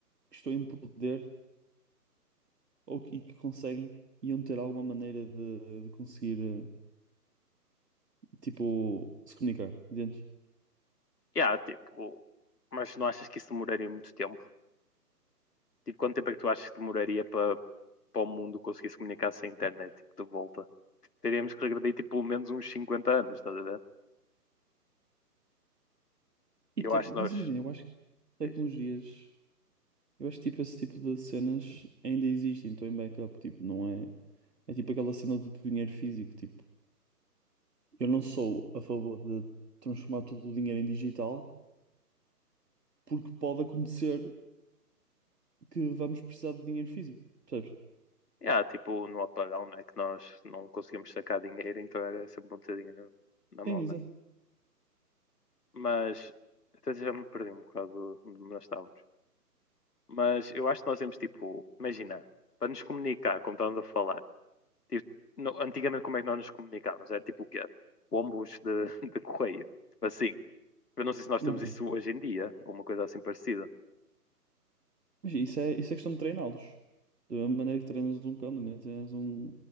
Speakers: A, on the right; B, on the left.
A: que estão em poder ou que, e que conseguem iam ter alguma maneira de, de conseguir, eh, tipo, se comunicar, entendes?
B: Yeah, tipo, mas não achas que isso demoraria muito tempo? Tipo, quanto tempo é que tu achas que demoraria para, para o mundo conseguir se comunicar sem internet, tipo, de volta? Teríamos que regredir, tipo, pelo menos uns 50 anos, estás a ver?
A: E
B: Eu
A: tam-
B: acho
A: mas
B: que nós...
A: imagina, eu acho que tecnologias,
B: Diz.
A: eu acho que tipo, esse tipo de cenas ainda existem, estão em backup, tipo, não é? É tipo aquela cena do dinheiro físico, tipo, eu não sou a favor de transformar todo o dinheiro em digital, porque pode acontecer que vamos precisar de dinheiro físico, percebes?
B: Yeah, tipo no apagão, né? Que nós não conseguimos sacar dinheiro, então era sempre um bocadinho na na
A: Sim,
B: mão,
A: exato.
B: né? Mas até já me perdi um bocado de onde nós estávamos. Mas eu acho que nós temos tipo, imagina, para nos comunicar, como estávamos a falar, tipo, no- antigamente como é que nós nos comunicávamos? Era tipo o quê? Ombos de, <laughs> de correio. Tipo assim. Eu não sei se nós
A: Ok.
B: temos isso hoje em dia, ou uma coisa assim parecida.
A: Mas isso é, isso é questão de treiná-los. Da mesma maneira que treinas um cão, da maneira que treinas um,